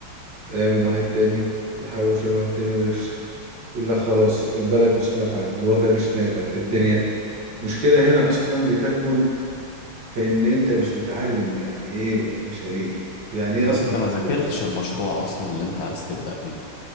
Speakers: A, on the right; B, on the left.
A: يعمل واحد تاني يحوش يعمل واحد تاني ويفشل يقول لك خلاص البلد مش نافعة الوضع مش نافع الدنيا المشكلة هنا أصلا بتكمن في إن أنت مش متعلم يعني إيه مشاريع يعني إيه
B: ان
A: أصنع
B: انت
A: فلوس
B: ما ذاكرتش المشروع اصلا اللي انت عايز تبدأ بيه